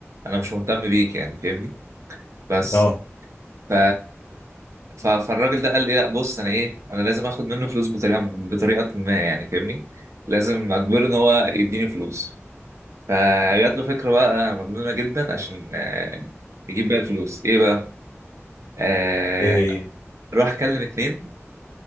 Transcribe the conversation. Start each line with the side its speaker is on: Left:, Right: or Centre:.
Right: انا مش مهتم بيك يعني فاهمني بس
Left: اه
Right: ف ف- فالراجل ده قال لي لا بص انا ايه انا لازم اخد منه فلوس بطريقه بطريقه ما يعني فاهمني لازم اجبره ان هو يديني فلوس فجات له فكره بقى مجنونه جدا عشان آه، يجيب بيها الفلوس ايه بقى آه
Left: ايه هي
Right: راح كلم اتنين